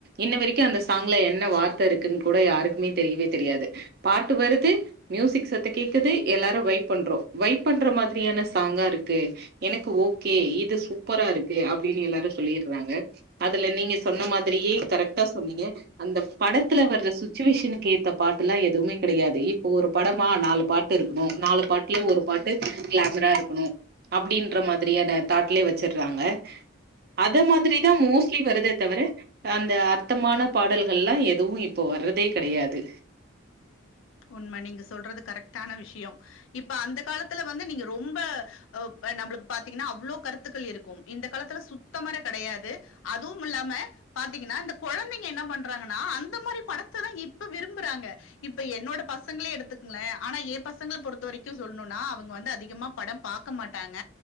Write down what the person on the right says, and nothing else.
இன்ன வரைக்கு அந்த சாங்ல என்ன வார்த்த இருக்குன் கூட யாருக்குமே தெரியவே தெரியாது பாட்டு வருது மியூசிக் சத்த கேக்குது எல்லாரு வைப் பண்றோ வைப் பண்ற மாதிரியான சாங்கா இருக்கு எனக்கு ஓகே இது சூப்பரா இருக்கு அப்டினு எல்லாரு சொல்லிர்றாங்க அதுல நீங்க சொன்ன மாதிரியே கரெக்ட்டா சொன்னீங்க அந்த படத்துல வர்ற சுச்சுவேஷனுக்கு ஏத்த பாட்டுல்லா எதுவுமே கெடையாது இப்போ ஒரு படமா நாலு பாட் டு இருக்கு நாலு பாட்டுல ஒரு பாட்டு கிளாமரா இருக்கணு அப்டின்ற மாதிரியான தாட்லயே வச்சிர்றாங்க அத மாதிரிதா மோஸ்ட்லி வருதே தவிர அந்த அர்த்தமான பாடல்கள்லா எதுவு இப்போ வர்றதே கடையாது